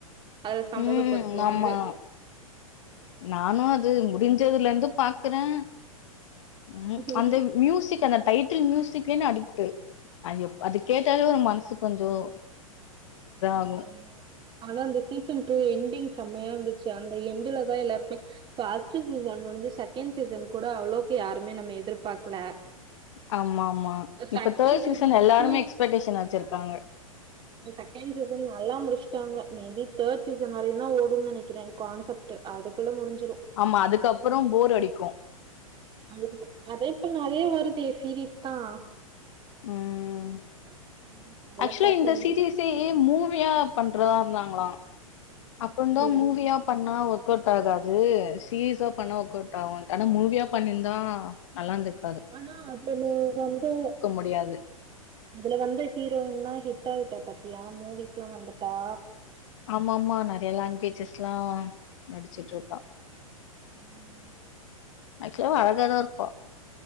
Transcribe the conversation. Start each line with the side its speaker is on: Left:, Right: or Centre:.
Right: அதல சம்மதப்படுத்துவாங்க
Left: ம். ஆமா. நானும் அது முடிஞ்சதுல இருந்து பாக்குறேன் உம்
Right: அது.
Left: அந்த மியூசிக் அந்த டைட்டில் மியூசிக் அடிக்குது அது கேட்டாலே ஒரு மனசு கொஞ்சம் ஆகும்.
Right: ஆமா ஆனா அந்த சீசன் டூ என்டிங் செம்மையா இருந்துச்சு அந்த எண்டல தான் எல்லாருக்குமே பஸ்ட்டு சீசன் முடிஞ்சு செகண்ட் சீசன் கூட அவ்ளவுக்கு யாருமே நம்ம எதிர்பார்க்கல
Left: ஆமா ஆமா
Right: செகண்ட்
Left: இப்ப தேர்ட் சீசன்
Right: வந்துட்டு
Left: எல்லாருமே எக்ஸ்பெக்டேஷன் வச்சிருக்காங்க
Right: செகண்ட் நல்லா முடிச்சிட்டாங்க மேபி தேர்ட் சீசன் வரையும் தான் ஓடும் நினைக்கிறேன் கான்செப்ட் அதுக்குள்ள முடிஞ்
Left: ஆமா அதுக்கப்புறம் போர் அடிக்கும்
Right: அது அத இப்ப நிறைய வருது சீரீஸ் தான்
Left: உம்
Right: <unintelligible> அதெல்லா
Left: ஆக்சுவலா
Right: பாக்க
Left: இந்த
Right: எனக்கு
Left: சீரீஸே மூவியா பண்றதா இருந்தாங்களா அப்புறம்
Right: தெரியல.
Left: தான் மூவியா பண்ணா போட்ட எதாவது சீரீஸா பண்ண ஒர்க்கவுட் படோ மூவியா பண்ணியிருந்தா நல்லா இருந்திருக்கு
Right: ஆனா அதுல வந்து
Left: முடியாது
Right: அதுல வந்து ஹீரோயின்லா ஹிட் ஆயிட்ட பாத்த யா மூவிக்கே வந்துட்டா
Left: ஆமா ஆமா நெறைய லாங்வேஜஸ்லா நடிச்சுட்டு இருக்கா
Right: உம்
Left: அச்சுவலா அழகதா இருப்ப